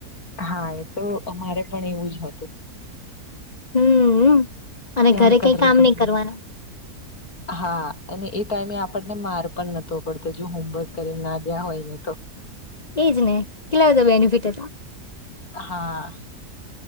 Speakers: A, on the left; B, on the left.
A: હા એ તો અમારે પણ એવું જ હતું.
B: હમ્મ અ અને
A: કે આમ
B: ઘરે
A: કલરે
B: કઈ કામ
A: કલરે
B: નહી કરવાનું?
A: હા અને એ ટાઈમે આપણને માર પણ નતો પડતો જો હોમવર્ક કરીને ના ગ્યા હોય ને તો.
B: એજ ને, કેટલા બધા બેનિફિટ હતા.
A: હા.